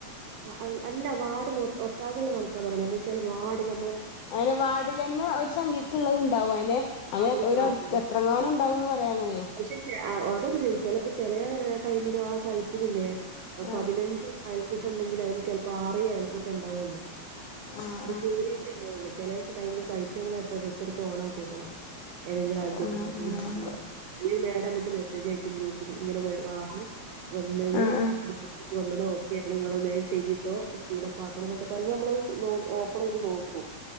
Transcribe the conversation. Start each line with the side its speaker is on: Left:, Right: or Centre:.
Right: ആ അ അല്ല വാഡ് മൊ ഒട്ടാകള്ളെ കണക്കാ പറിണെ എന്താച്ചാല് വാഡ് ഞമ്മള്
Left: അയ്നെ വാഡിലെന്നെ ഒര് സംഖ്യക്ക്ള്ളത്ണ്ടാവോ അയ്ന് അങ്ങനെ
Right: ആ ഒരു
Left: ത്ര ഒരട്ത്ത്
Right: സാധനം
Left: എത്രങ്ങാനുംണ്ടാവുംന്ന് പറയാ അങ്ങനെ
Right: പക്ഷെ ചെ അ അതൊക്കെ ശെരി ചെലപ്പോ ചെലേ ടൈമ്മില് ആ സൈറ്റില്‌ല്ലേ
Left: ആഹ്
Right: പതിനഞ്ച് അയൽക്കൂട്ടണ്ടെങ്കില് അയ്ല് ചെൽപ്പ ആറേയ് അയൽക്കൂട്ടെണ്ടാവാെള്ളൂ
Left: ആഹ്
Right: അത് കേറിയിട്ടെണ്ടാവൊള്ളു ചെലേസം ടയ്മിൽ സൈറ്റ് എട്ട ട ട്ക്ക് ഓണാക്ക്യാേക്കണം ഏതെങ്കിലും അയൽകൂട്ട
Left: ആഹ്
Right: <unintelligible> നിന്നീനോ അല്ലെങ്കി മേലങ്ങക്ക് മെസേജയക്കും ഗ്രൂപ്പില് ഇങ്ങനെ വാഡ് വന്ന്ണ്
Left: ആഹ്
Right: <unintelligible> ണ് ഓകെ നിങ്ങള് വേം ചെയ്യിട്ടോ സ്പീഡപ്പാക്കണം ന്നൊക്കെ പറയുമ്പോ നമ്മളത് ചെ ഓപ്പണെയ്ത് നോക്കു